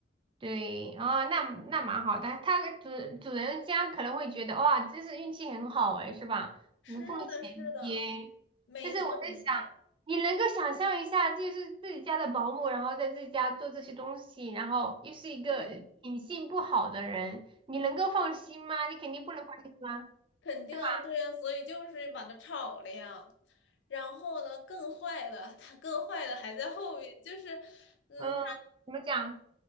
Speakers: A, on the right; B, on the left.
A: 对，哦，那那蛮好的。他主主人家可能会觉得哇，真是运气很好哎，是吧？
B: 是的，
A: 无缝衔接。
B: 是的，没错，
A: 但是我在想，
B: 没错，
A: 你能够想象一下，就是自己家的保姆，然后在自己家做这些东西，然后又是一个品性不好的人，
B: 嗯，
A: 你能够放心吗？你肯定不能放心吧，
B: 肯定啊，
A: 是吧？
B: 对啊，所以就是把它炒了呀。然后呢，更坏的，它更坏的还在后面，就是，嗯，
A: 嗯，怎么讲？